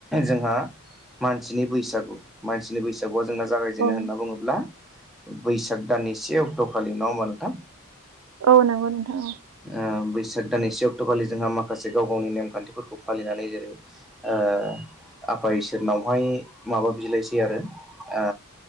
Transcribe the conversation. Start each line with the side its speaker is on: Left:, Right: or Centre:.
Centre: जोंहा, मानसिनि बैसागु मानसिनि बैसागुआ जोंना जागायजेनो
Right: औ
Centre: होनना बुङोब्ला, बैसाग दाननि से अक्ट'खालि नङा होमबा नोंथां।
Right: औ नोंगौ नोंथां औ
Centre: ओ बैसाग दान से अक्ट'खालि जोंहा माखासे गाव गावनि नेमखान्थिफोरखौ फालिनानै जेरै ओ आफा इसोरनावहाय माबा बिलाइसै आरो आ